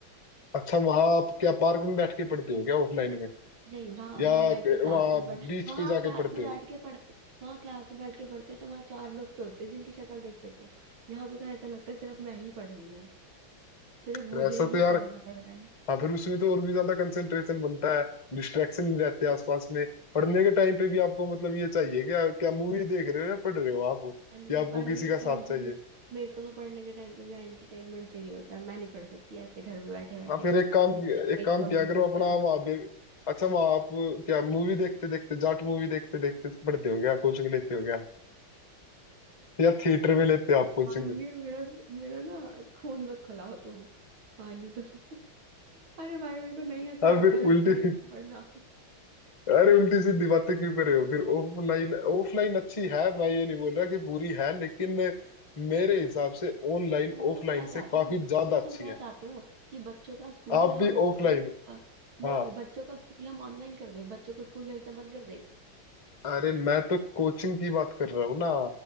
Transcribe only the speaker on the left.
अच्छा वहां आप क्या पार्क में बैठ के पढ़ते हो क्या ऑफलाइन में
या
वहां
बीच
पे जाके
पढ़ते
हो
फिर
ऐसा
तो यार
हाँ फिर उसमें तो और भी ज्यादा कंसंट्रेशन बनता है डिस्ट्रैक्शन नहीं रहते आसपास में पढ़ने के टाइम पे भी आपको मतलब ये चाहिए क्या क्या मूवी देख रहे हो या पढ़ रहे हो आप
या आपको
किसी का
साथ
चाहिए
हाँ फिर एक काम एक
काम
किया करो
अपना वहाँ पे अच्छा वहाँ आप क्या मूवी देखते देखते जाट मूवी देखते देखते पढ़ते हो क्या कोचिंग लेते हो क्या या थिएटर में लेते हो आप कोचिंग
हाँ
फिर उल्टी
अरे उल्टी सीधी बातें क्यों कर रहे हो फिर ऑफलाइन ऑफलाइन अच्छी है मैं ये नहीं बोल रहा कि बुरी है लेकिन मेरे हिसाब से ऑनलाइन
ऑफलाइन
से काफी
ज्यादा
अच्छी
है
आप भी
ऑफलाइन
हाँ
अरे मैं तो कोचिंग की बात कर रहा हूँ ना